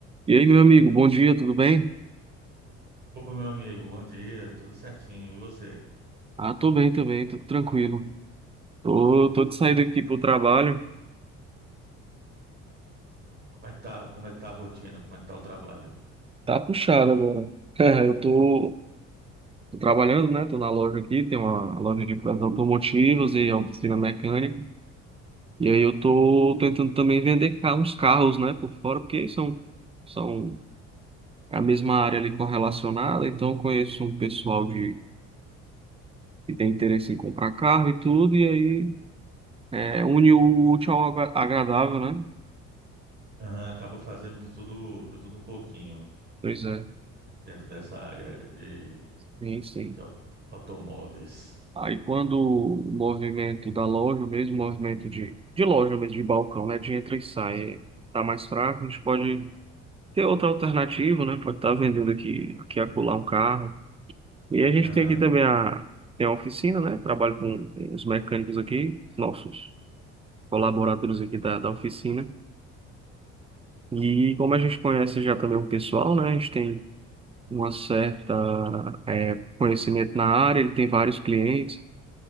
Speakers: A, on the right (about 20°); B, on the right (about 35°).
A: E aí, meu amigo, bom dia, tudo bem?
B: Opa, meu amigo, bom dia, tudo certinho. E você?
A: Ah, tô bem também, tô tranquilo. Tô, tô
B: Coisa
A: de saída
B: boa.
A: aqui pro trabalho.
B: Como é que tá, como é que tá a rotina? Como é que tá o trabalho?
A: Tá puxado agora. <laughs> É, Eu tô, tô trabalhando, né? Tô na loja aqui, tem uma loja de peças automotivas e oficina mecânica. E aí eu tô tentando também vender ca- uns carros, né, por fora, porque são, são a mesma área ali correlacionada, então eu conheço um pessoal de, que tem interesse em comprar carro e tudo, e aí é, une o útil ao agra- agradável, né?
B: Aham, acaba fazendo de tudo, de tudo um pouquinho
A: Pois é.
B: dentro dessa área de,
A: Sim, sim.
B: de au- automóveis.
A: Aí quando o movimento da loja, o mesmo movimento de, de loja mesmo, de balcão, né? De entra e sai, tá mais fraco, a gente pode ter outra alternativa, né? Pode estar vendendo aqui, aqui e acolá um carro. E a gente
B: Aham.
A: tem aqui também a, tem a oficina, né? Trabalho com, com os mecânicos aqui, nossos colaboradores aqui da, da oficina. E como a gente conhece já também o pessoal, né? A gente tem uma certa, eh, conhecimento na área, ele tem vários clientes.